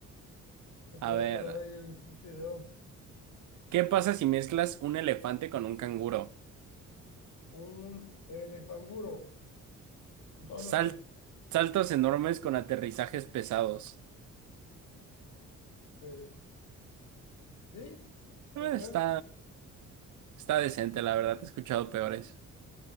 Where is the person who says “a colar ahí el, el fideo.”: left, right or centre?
Left